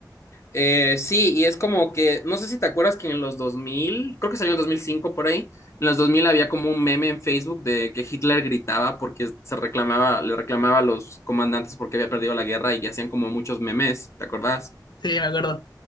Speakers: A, on the left (about 40°); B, on the left (about 80°).
A: Eh, sí, y es como que, no sé si te acuerdas que en los 2000, creo que salió en 2005 por ahí, en los 2000 había como un meme en Facebook de que Hitler gritaba porque se reclamaba, le reclamaba a los comandantes porque había perdido la guerra y hacían como muchos memes, ¿te acordás?
B: Sí, me acuerdo.